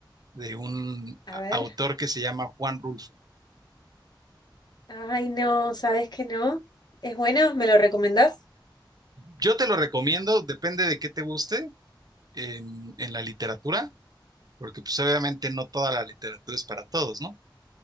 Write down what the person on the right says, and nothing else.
de un
a-
autor que se llama Juan Rulfo.
Yo te lo recomiendo, depende de qué te guste em, en, la literatura, porque pues obviamente no toda la literatura es para todos, ¿no?